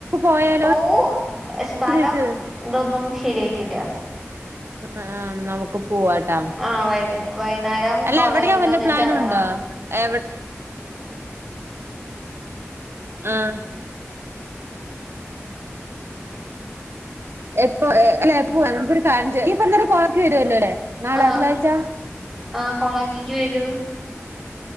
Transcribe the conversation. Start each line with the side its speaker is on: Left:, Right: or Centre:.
Right: പോയാലോ
Centre: പോവും സ്ഥലം
Right: ചോദിച്ചത്
Centre: ഇതൊന്നും ശരിയായിട്ടില്ല
Right: ആഹ് നമുക്ക് പോവാട്ടാ
Centre: ആ വൈ വൈന്നേരാവും
Right: അല്ല എവിടെയാ
Centre: വയറ്റിന്ന്
Right: വല്ല
Centre: ഒന്നിച്ചെറങ്ങാ
Right: പ്ലാനും ഉണ്ടോ എവിടെ ആം എപ്പൊ എ എപ്പോഎന്തൊരു കാര്യം ചെ ഇയ്പൊ ന്നൊരു കൊറക്ക് വരല്ലോ നാളെ
Centre: ആ
Right: എന്തായ്ച്ച
Centre: ആ കോളേജിക്ക് വരൂ